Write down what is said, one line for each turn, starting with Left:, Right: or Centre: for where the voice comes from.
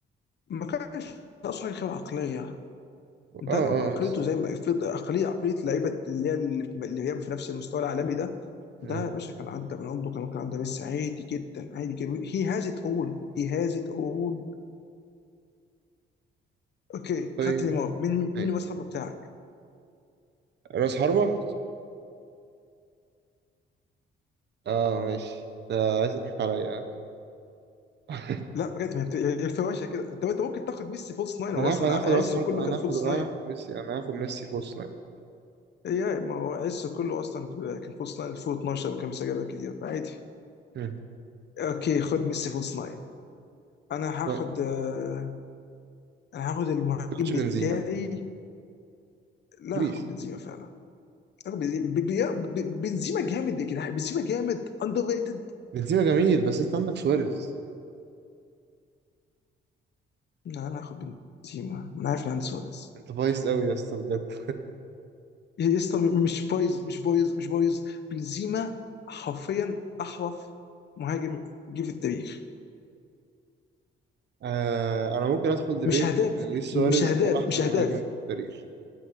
Left: ما كانش ناقصه حاجه غير عقليه ده
Right: اه اه
Left: لو عقليته
Right: بس
Left: زي ما يفرض عقليه عقليه لعيبه اللي هي اللي في اللي هي في نفس المستوى العالمي ده
Right: مم.
Left: ده يا باشا كان عدى رونالدو كان ممكن عدى ميسي عادي جدا عادي جدا هي هاز ات اول هي هاز ات اول اوكي
Right: طيب
Left: خدت نيمار مين مين
Right: ماشي
Left: المسحب بتاعك
Right: راس حربة اه ماشي آه عايز تضحك عليا ها؟ <laughs>
Left: لا بجد ما انت هي الفواشة كده طب انت ممكن تاخد ميسي فولس ناين
Right: ما
Left: هو
Right: انا
Left: اصلا
Right: هاخد انا
Left: عزه
Right: هاخد راس حرب
Left: كله
Right: انا
Left: كان
Right: هاخد
Left: فولس
Right: انا
Left: ناين
Right: هاخد ميسي انا هاخد ميسي في وسط لاين
Left: يا ما هو عزه كله اصلا كان فولس ناين 2012 وكان بيسجل أهداف كتير فعادي
Right: مم.
Left: اوكي خد ميسي فولس ناين انا هاخد
Right: ما
Left: آه، انا هاخد المهاجم
Right: تاخدش
Left: بتاعي
Right: بنزيما
Left: لا
Right: بليز
Left: هاخد بنزيما فعلا هاخد بنزيما ب- ب- ب- بنزيما جامد يا جدعان بنزيما جامد اندر ريتد
Right: بنزيما جميل بس انت عندك سواريز
Left: لا انا هاخد بنزيما ما انا عارف ان عندي سواريز
Right: انت بايظ قوي يا اسطى بجد
Left: إيه يا اسطى مش بايظ مش بايظ مش بايظ بنزيما حرفيا احرف مهاجم جه في التاريخ
Right: آه انا ممكن ادخل ديبيت
Left: مش هداف
Right: ان لويس سواريز
Left: مش هداف
Right: هو احسن
Left: مش هداف
Right: مهاجم في التاريخ